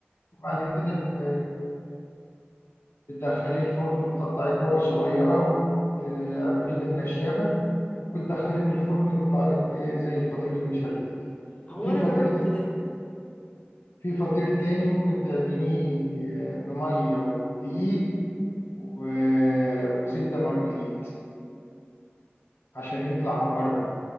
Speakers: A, on the left; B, on the left.
A: وبعد كده بت... بتدخليه الفرن بتقطعيه كور صغيرة وبتعمليه بالنشابة وبتدخليه بالفرن بيطلع لك إيه زي الفطير المشلتت
B: هو
A: وفي
B: انا
A: فطير
B: جربته
A: ت-
B: ده
A: في فطير تاني ممكن تعجنيه بمية ودقيق و- وزبدة مرجليت عشان يطلع مورق